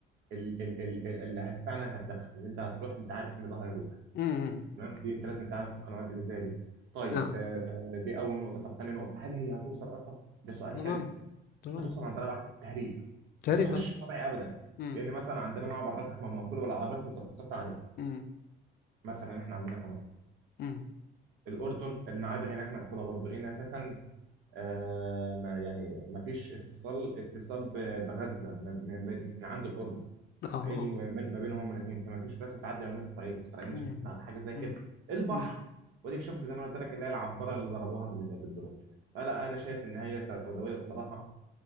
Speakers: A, on the right; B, on the left.
A: ال- ال- ال- ال- اللي هت فعلا هتدخل اللي انت هتروح انت عارف ان ده هيروح
B: أمم
A: تمام دي انت لازم تعرف القنوات اللي زي دي طيب
B: آه
A: آه، دي اول نقطه طب تاني نقطه هل هي هتوصل اصلا ده سؤال
B: تمام
A: حلو
B: تمام
A: هتوصل عن طريقه واحده تهريب
B: تقريبا
A: مش هتخش طبيعي ابدا
B: أمم
A: لان مثلا عندنا معبر رفح ما مقفول والعربيات مترصصه عليه
B: أمم
A: مثلا احنا عندنا كمصر
B: أمم
A: الاردن المعابر هناك مقفوله برضه لان اساسا آه ما يعني ما فيش اتصال اتصال ب- بغزه ما- ما- ما- من عند الاردن
B: آه
A: اسرائيل
B: آه
A: ومن- ما بينهم هما الاثنين فما فيش راسه تعدي ما بين اسرائيل واسرائيل مش
B: أمم
A: هتسمع بحاجه زي كده
B: أمم
A: البحر
B: أمم
A: واديك شفت زي ما أنا قلت لك اللي هي العباره اللي ضربوها بال- بالدرون فلا انا شايف ان هي سوداويه بصراحه